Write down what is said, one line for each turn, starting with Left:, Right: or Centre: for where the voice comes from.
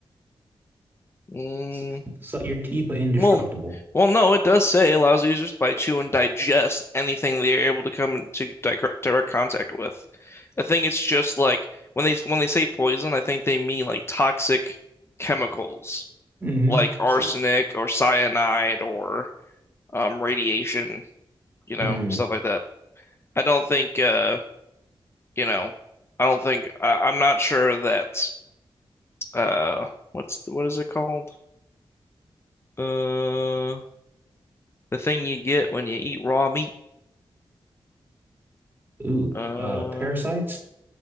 Left: Mm,
Right: So, so your teeth are indestructible.
Left: well, well, no, it does say it allows users to bite, chew, and digest anything they are able to come into dir- direct contact with. I think it's just like when they when they say poison, I think they mean like toxic chemicals,
Right: Mm-hmm.
Left: like arsenic
Right: So,
Left: or cyanide or um, radiation, you know,
Right: mm.
Left: stuff like that. I don't think, uh, you know, I don't think I, I'm not sure that uh, what's what is it called? Uh, the thing you get when you eat raw meat.
Right: Ooh,
Left: Uh,
Right: uh, parasites.